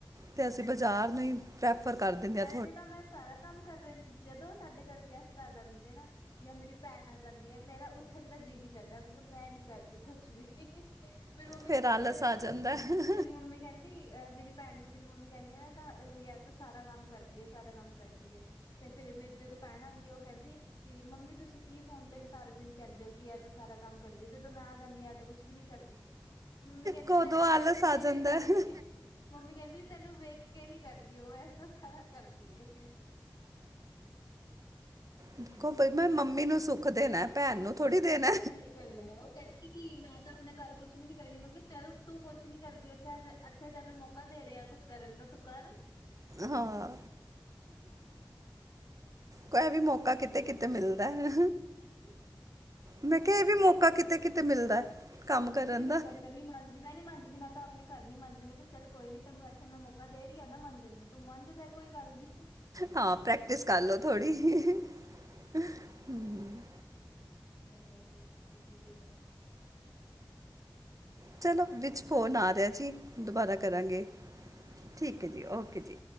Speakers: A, on the right; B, on the left.
A: ਤੇ ਅਸੀ ਬਾਜ਼ਾਰ ਨੂੰ ਹੀ ਪ੍ਰੈਫਰ ਕਰ ਦਿੰਦੇ ਹ।
B: ਤੇ ਤਾ ਮੈਂ ਸਾਰਾ ਕੰਮ ਕਰ ਰਹ ਜਦੋਂ ਸਾਡੇ ਘਰ ਗੈਸਟ ਆ ਜਾਂਦੇ ਨਾ ਯਾ ਮੇਰੀ ਭੈਣ ਆ ਜਾਂਦੀ ਹੈ ਮੇਰਾ ਉੱਠਣ ਦਾ ਜੀਅ ਨੀ ਕਰਦਾ ਮਤਲਬ ਮੈਂ ਨੀ ਕਰਦੀ ਕੁਛ ਵੀ ਮੇਰੀ ਮੰਮੀ
A: ਫਿਰ ਆਲਸ
B: ਫੇਰ ਨਾ
A: ਆ ਜਾਂਦਾ ਹੈ।
B: ਮੇਰੀ ਮੰਮੀ ਕਹਿੰ ਅਹ ਮੇਰੀ ਭੈਣ ਨੂੰ ਮੇਰੀ ਮੰਮੀ ਕਹਿੰਦੀ ਆ ਨਾ ਤਾ ਯਾ ਤਾ ਸਾਰਾ ਕੰਮ ਕਰਦੀ ਹੈ, ਸਾਰਾ ਕੰਮ ਕਰਦੀ ਹੈ। ਤੇ ਫੇਰ ਮੇਰੀ ਜਦੋਂ ਭੈਣ ਆਉਂਦੀ ਆ, ਉਹ ਕਹਿੰਦੀ। ਕਿ ਮੰਮੀ ਤੁਸੀਂ ਕੀ ਫੋਨ ਤੇ ਸਾਰਾ ਦਿਨ ਕਹਿੰਦੇ ਹੋ। ਕਿ ਇਹ ਤੇ ਸਾਰਾ ਕੰਮ ਕਰਦੀ। ਜਦੋਂ ਮੈਂ ਆ ਜਾਂਦੀ ਐ ਤਾਂ ਕੁ ਛ, ਵੀ ਨੀ ਕਰਦੀ। ਮੰਮੀ ਕਹਿੰਦੀ
A: ਕਦੋਂ
B: ਤੈਨੂੰ
A: ਆਲਸ
B: ਵੇਖ
A: ਆ
B: ਕੇ ਨੀ
A: ਜਾਂਦਾ
B: ਕਰਦੀ।
A: ਹੈ।
B: ਮੰਮੀ ਕਹਿੰਦੀ ਤੈਨੂੰ ਵੇਖ ਕੇ ਨੀ ਕਰਦੀ। ਉਹ ਐਸ ਤਾਂ ਸਾਰਾ ਕਰਦੀ ਏ। ਹਾਂਜੀ
A: ਦੇਖੋ ਬਈ, ਮੈਂ ਮੰਮੀ ਨੂੰ ਸੁਖ ਦੇਣਾ। ਭੈਣ ਨੂੰ ਥੋੜੀ ਦੇਣਾ
B: ਸਹੀ ਗੱਲ ਹੈ। ਉਹ ਕਹਿੰਦੀ ਕਿ ਮੈਂ ਤਾਂ ਆਪਣੇ ਘਰ ਕੁਲ ਕੁਛ ਵੀ ਨੀ ਕਰਦੀ। ਮੈਂ ਕਿਹਾ ਚੱਲ ਤੂੰ ਕੁਛ ਨੀ ਕਰਦੀ ਉੱਥੇ, ਇੱਥੇ ਤੈਨੂੰ ਮੌਕਾ ਦੇ ਰਿਹਾ ਕੁੱਛ ਕਰਨ ਦਾ ਤੂੰ ਕਰ।
A: ਹਾਂ, ਕੋਈ ਐਵੀ ਮੌਕਾ ਕਿਤੇ- ਕਿਤੇ। ਤੇ ਮਿਲਦਾ ਹੈ।
B: ਹਾਂਜੀ।
A: ਮੈਂ ਕਿਹਾ, ਇਹ ਵੀ ਮੌਕਾ ਕਿਤੇ- ਕਿਤੇ ਮਿਲਦਾ।
B: ਸਹੀ ਗੱਲ
A: ਕੰਮ
B: ਹੈ। ਕਿੱਹਦੀ
A: ਕਰਨ
B: ਮੈਂ
A: ਦਾ
B: ਬਰ ਕਹਿੰਦੀ ਨੀ ਮੰਜਦੀ। ਮੈਂ ਨੀ ਮੰਨਦੀ ਮੈਂ ਤਾਂ, ਆਪਣੇ ਘਰ ਨੀ ਮੰਨਦੀ। ਮੈਂ ਕਿਹਾ ਚੱਲ ਕੋਈ ਨੀ ਤੈਨੂੰ ਇੱਥੇ ਮੈਂ ਮੌਕਾ ਦੇ ਰਹੀ ਹ ਨਾ, ਮੰਜਣ ਦਾ। ਤੂੰ ਮੰਨ ਲੈ ਕੋਈ ਗੱਲ ਨੀ।
A: ਹਾਂ, ਪ੍ਰੈਕਟਿਸ ਕਰ ਲੋਓ ਥੋੜੀ। ਹੂੰ।
B: ਅੱਜ ਵੈਸੇ ਵੀ ਤੁਸੀਂ ਕੀ ਕਰਨਾ।
A: ਚਲੋ ਵਿੱਚ ਫ਼ੋਨ ਆ ਰਿਹਾ ਜੀ, ਦੁਬਾਰਾ ਕਰਾਂਗੇ। ਠੀਕ ਹੈ ਜੀ, ਓਕੇ ਜੀ।